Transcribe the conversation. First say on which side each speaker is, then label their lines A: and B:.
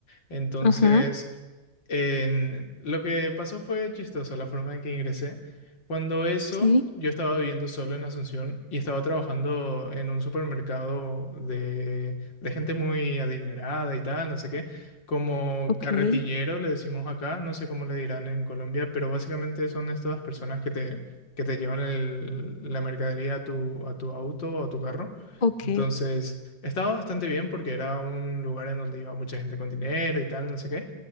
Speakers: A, on the left (about 65°); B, on the left (about 30°).
A: Entonces,
B: Ajá,
A: en- lo que pasó fue chistoso la forma en que ingresé. Cuando eso,
B: sí,
A: yo estaba viviendo solo en Asunción y estaba trabajando en un supermercado de, de gente muy adinerada y tal, no sé qué, como
B: ok,
A: carretillero le decimos acá, no sé cómo le dirán en Colombia, pero básicamente son estas personas que te, que te llevan el- la mercadería a tu, a tu auto o a tu carro.
B: ok,
A: Entonces, estaba bastante bien porque era un lugar en donde iba mucha gente con dinero y tal, no sé qué.